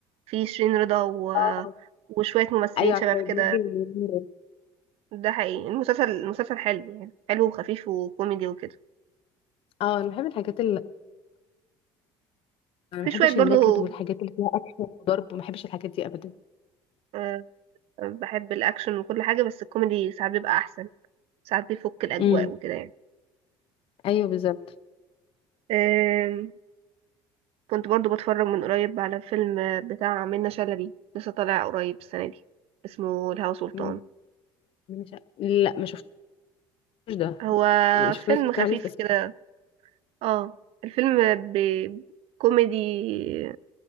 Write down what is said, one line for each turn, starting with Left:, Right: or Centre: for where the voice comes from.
Right: في شيرين رضا و...
Left: اه
Right: وشويه ممثلين
Left: ايوه عارفه
Right: شباب كده
Left: بيجي من اليومين دول
Right: ده حقيقي المسلسل المسلسل حلو يعني حلو وخفيف وكوميدي وكده
Left: اه انا بحب الحاجات انا
Right: في
Left: ما بحبش
Right: شوية برضو
Left: النكد والحاجات اللي فيها اكشن وضرب وما بحبش الحاجات دي ابدا
Right: آه، بحب الأكشن وكل حاجة بس الكوميدي ساعات بيبقى أحسن ساعات بيفك الأجواء
Left: امم
Right: وكده يعني
Left: ايوه بالظبط
Right: آم، كنت برضو بتفرج من قريب على فيلم بتاع منة شلبي لسه طالع قريب السنة دي اسمه الهوى سلطان
Left: مم. أنا مش ع- لا ما شفتوش ده
Right: هو
Left: يعني شفت
Right: فيلم
Left: ناس بتتكلم
Right: خفيف
Left: عليه بس لسه-
Right: كده اه الفيلم بكوميدي كوميدي